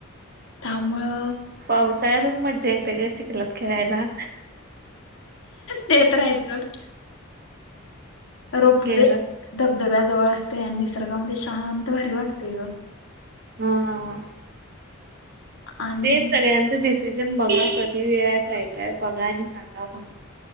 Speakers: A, on the left; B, on the right.
A: त्यामुळे.
B: पावसाळ्यातच मजा येते ग चिखलात खेळायला.
A: ते तर आहेत सोड. रोपवे
B: गेलं
A: धबधब्याजवळ असते आणि निसर्गामध्ये शांत भारी वाटते ग.
B: हा.
A: आणि
B: तेच सगळ्यांचं डिसिजन बघा कधी वेळ काय काय बघा आणि सांगा बघ.